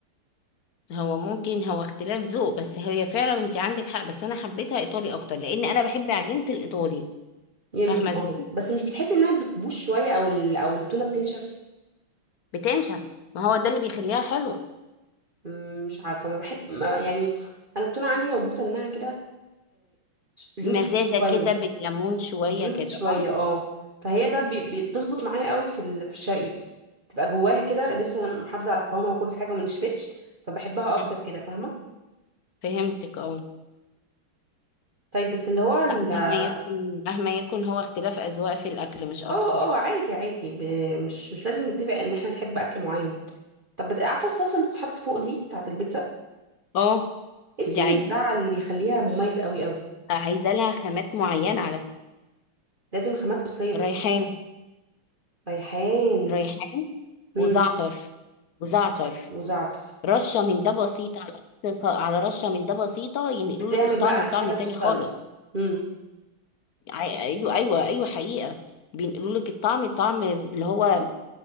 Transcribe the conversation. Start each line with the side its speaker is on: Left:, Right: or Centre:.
Left: هو ممكن هو اختلاف ذوق بس هي فعلا انت عندك حق بس انا حبيتها ايطالي اكتر لان انا بحب عجينة الايطالي
Right: يمكن
Left: فاهمة ازاي
Right: اه بس مش بتحسي انها بتبوظ شويه او ال... او التونه بتنشف
Left: بتنشف ما هو ده اللي بيخليها حلوة
Right: مم، مش عارفه ما بحب ما يعني انا التونه عندي مربوطه انها كده جوسي
Left: مزازة
Right: شويه
Left: كده بالليمون شوية
Right: وجوسي
Left: كده
Right: شويه
Left: صح
Right: اه فهي ده بي... بتظبط معايا قوي في ال... في الشرقي بت- بتبقى جواها كده لسه محافظه على قوامها وكل حاجه وما نشفتش فبحبها اكتر
Left: مم.
Right: كده فاهمه
Left: فهمتك اه
Right: طيب بت- اللي هو ال...
Left: لا
Right: اه
Left: مهما يكن مهما يكن هو اختلاف أذواق في الأكل مش أكتر
Right: اه عادي عادي ب... مش مش لازم نتفق ان احنا نحب اكل معين طب بت- عارفه الصلصه اللي بتتحط فوق دي بتاعه البيتزا
Left: اه
Right: ايه السر
Left: دي عايزة
Right: بتاع اللي بيخليها مميز قوي قوي
Left: عايزة لها خامات معينة على فكرة
Right: لازم خامات اصليه تقصد
Left: ريحان
Right: ريحان
Left: ريحان
Right: امم
Left: وزعتر وزعتر
Right: وزعتر
Left: رشة من ده بسيطة على على رشة من ده بسيطة ينقلوا
Right: بتعمل
Left: لك الطعم
Right: بقى احلى
Left: لطعم
Right: حاجه
Left: تاني
Right: في الصلصه
Left: خالص
Right: امم
Left: ع- ايوه ايوه ايوه حقيقة بينقلوا لك الطعم الطعم اللي هو